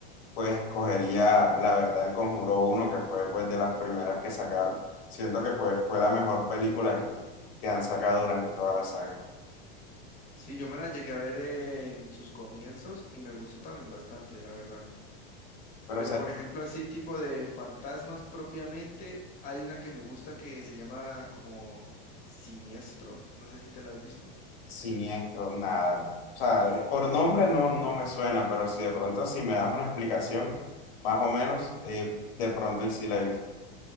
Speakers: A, on the left (about 80°); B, on the left (about 30°).
A: pues escogería la verdad el Conjuro uno que fue pues de las primeras que sacaron. Siento que pues fue la mejor película que, que han sacado durante toda la saga.
B: Sí, yo me la llegué a ver en sus comienzos y me gustó también bastante, la verdad.
A: Pero,
B: Pero
A: o sea,
B: por ejemplo, así tipo de fantasmas propiamente, hay una que me gusta que se llama como Siniestro. No sé si te la has visto.
A: Siniestro, nada. O sea, eh, por nombre no, no me suena, pero si de pronto si me das una explicación, más o menos, eh, de pronto y si la he visto.